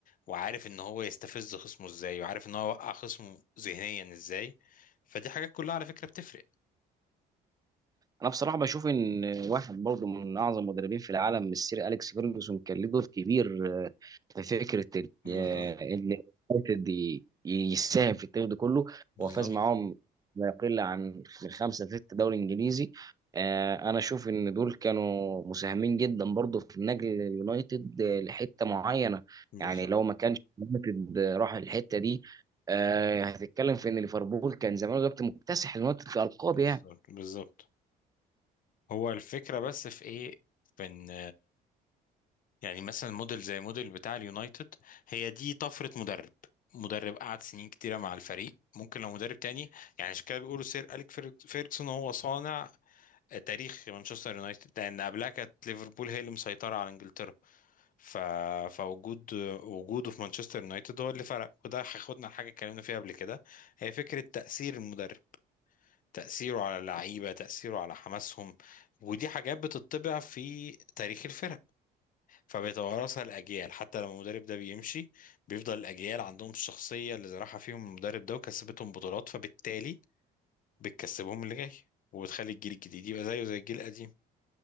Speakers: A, on the left; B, on the right.
A: وعارف ان هو يستفز خصمه ازاي وعارف ان هو يوقع خصمه ذهنيا ازاي فدي حاجات كلها على فكرة بتفرق
B: انا بصراحه بشوف ان واحد برضه من اعظم المدربين في العالم السير اليكس فيرجسون كان له دور كبير آه، في فكره ال-
A: بالظبط.
B: آه، ان يونايتد ي- يساهم في التاريخ ده كله
A: بالظبط
B: هو فاز معاهم ما يقل عن من خمسه لست دوري انجليزي آه، انا اشوف ان دول كانوا مساهمين جدا برضه في نقل اليونايتد آه، لحته معينه
A: بالظبط
B: يعني لو ما كانش اليونايتد آه، راح الحته دي آه، هتتكلم في ان ليفربول كان زمان دلوقتي مكتسح اليونايتد كارقام
A: بالظبط
B: يعني
A: بالظبط هو الفكرة بس في ايه في ان يعني مثلا موديل زي موديل بتاع اليونايتد هي دي طفرة مدرب مدرب قعد سنين كتيرة مع الفريق ممكن لو مدرب تاني يعني عشان كده بيقولوا سير أليك فيرج- فيرجسون هو صانع آه، تاريخ مانشستر يونايتد لأن قبلها كانت ليفربول هي اللي مسيطرة على إنجلترا ف... فوجود وجوده في مانشستر يونايتد هو اللي فرق وده هياخدنا لحاجة اتكلمنا فيها قبل كده هي فكرة تأثير المدرب تأثيره على اللعيبة تأثيره على حماسهم ودي حاجات بتطبع في تاريخ الفرق فبيتوارثها الأجيال حتى لما المدرب ده بيمشي بيفضل الأجيال عندهم الشخصية اللي زرعها فيهم المدرب ده وكسبتهم بطولات فبالتالي بتكسبهم اللي جاي وبتخلي الجيل الجديد يبقى زيه زي الجيل القديم